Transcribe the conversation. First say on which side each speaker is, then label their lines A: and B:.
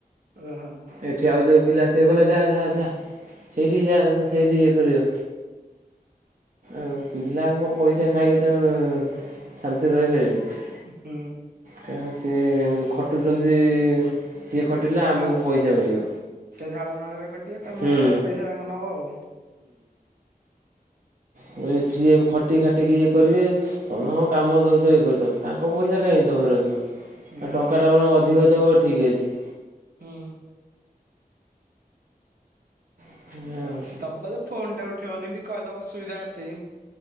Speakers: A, on the right (about 70°); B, on the right (about 55°).
A: ଓହୋ।
B: ଏଠି ଆଉ ଯୋଉ ପିଲା ଥିବେ କହିଲେ ଯା ଯା ଯା ସେଇଠିକି ଯା ସେଇଠି ଇଏ କରିବ। ଉଁ ପିଲାଙ୍କ ପଇସା ଖାଇକି ତମେ ଶାନ୍ତିରେ ରହିପାରିବ?
A: ହୁଁ।
B: କାଇଁ ସିଏ ଖଟୁଛନ୍ତି ସିଏ ଖଟିଲେ
A: ସେ
B: ଆମକୁ
A: ଝାଳ
B: ପଇସା ମିଳିବ।
A: ସେ ଝାଳ ନାଳରେ ଖଟିବେ ତମେ
B: ହୁଁ।
A: ପଇସା ତାଙ୍କ ନବ ଆଉ
B: ହୁଁ ସିଏ ଖଟିି ଖାଟିକି ଇଏ କରିବେ ତମେ ହଁ କାମ ଦଉଛ ଇଏ କରୁଛ ତାଙ୍କ ପଇସା କାହିଁକି ତମେ ରଖିବ? ଆଉ
A: ହୁଁ
B: ଟଙ୍କାଟା ବରଂ ଅଧିକ ଦବ ଠିକ ଅଛି।
A: ହୁଁ
B: ଅଛି।
A: ଦବ ଯେ ଫୋନ ଟା ଉଠିବନି ବି କହିଦବ ଅସୁବିଧା ଅଛି।